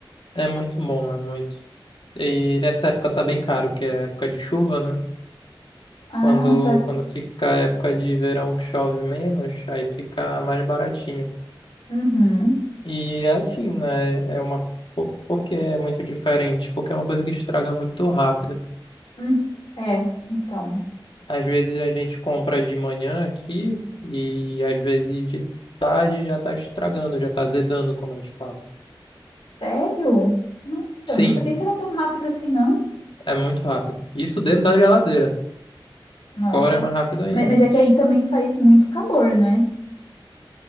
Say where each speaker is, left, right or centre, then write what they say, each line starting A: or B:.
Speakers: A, on the left (about 70°); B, on the left (about 85°).
A: é muito bom, é muito. E essa época tá bem caro, que é a época de chuva, né?
B: Ah,
A: Quando,
B: tá.
A: quando fica a época de verão que chove menos, aí fica mais baratinho.
B: Uhum.
A: E é assim, né? É uma. por- Porque é muito diferente, porque é uma coisa que estraga muito rápido.
B: Hum. É, então.
A: Às vezes a gente compra de manhã aqui e às vezes de tarde já tá estragando, já tá zedando, como a gente fala.
B: Sério? Nossa,
A: Sim,
B: não sabia que era tão rápido assim, não.
A: é muito rápido. Isso dentro da geladeira.
B: Nossa.
A: Fora é mais rápido ainda.
B: Ma- Mas é que aí também faz muito calor, né?